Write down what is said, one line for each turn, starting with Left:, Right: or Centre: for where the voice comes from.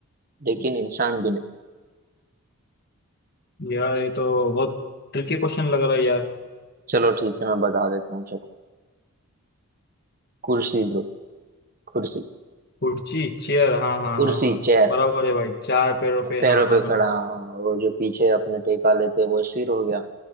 Right: लेकिन इंसान भी नहीं
Left: यार ये तो बहुत ट्रिकी क्वेश्चन लग रहा है यार
Right: चलो ठीक है मैं बता देता हूँ चलो कुर्सी ब्रो कुर्सी
Left: कुर्सी चेयर हाँ हाँ
Right: कुर्सी
Left: हाँ हाँ
Right: चेयर
Left: बराबर है भाई चार पैरों पे
Right: पैरों
Left: हाँ हाँ
Right: पे
Left: हाँ
Right: खड़ा वो जो पीछे अपने टेका लेते हैं वो सिर हो गया